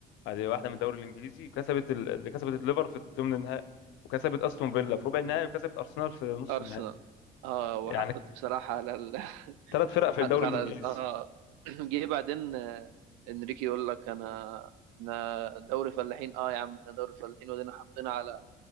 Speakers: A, on the left; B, on the right.
A: ادي واحده من الدوري الانجليزي كسبت ال- اللي كسبت الليفر في الثمن النهائي وكسبت استون فيلا في ربع النهائي وكسبت ارسنال في نص
B: أرسنال
A: النهائي
B: اه وحطت
A: يعني
B: بصراحة على ال... <laughs>
A: ثلاث فرق في
B: حطت
A: الدوري
B: على
A: الانجليزي
B: ال... اه <clears throat> جه بعدين آه، انريكي يقول لك انا احنا دوري فلاحين اه يا عم احنا دوري فلاحين ودينا حطينا على